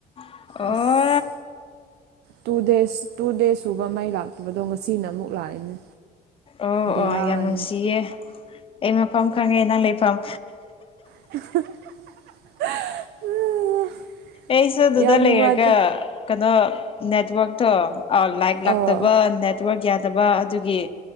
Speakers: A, on the left; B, on the right.
A: ꯑꯣ
B: ꯑꯁ ꯇꯨ ꯗꯦꯖ ꯇꯨ ꯗꯦꯖ ꯁꯨꯕ ꯃꯩ ꯂꯥꯛꯇꯕꯗꯣ ꯉꯁꯤꯅ ꯑꯃꯨꯛ ꯂꯥꯛꯏꯅꯦ
A: ꯑꯣ
B: ꯕꯦꯔꯥꯅꯤ
A: ꯑꯣ ꯌꯥꯝ ꯅꯨꯡꯁꯤꯌꯦ ꯑꯩ ꯃꯐꯝ ꯈꯪꯉꯦ ꯅꯪ ꯂꯩꯐꯝ
B: <unintelligible>
A: ꯑꯩꯁꯨ ꯑꯗꯨꯗ
B: ꯌꯥꯝ
A: ꯂꯩꯔꯒ
B: ꯅꯨꯡꯉꯥꯏꯇꯦ
A: ꯀꯩꯅꯣ ꯅꯦꯠꯋ꯭ꯔꯥꯛꯇꯣ ꯑꯣ ꯂꯥꯏꯇ ꯂꯥꯛꯇꯕ
B: ꯑꯥ
A: ꯅꯦꯠ <unintelligible> ꯌꯥꯗꯕ ꯑꯗꯨꯒꯤ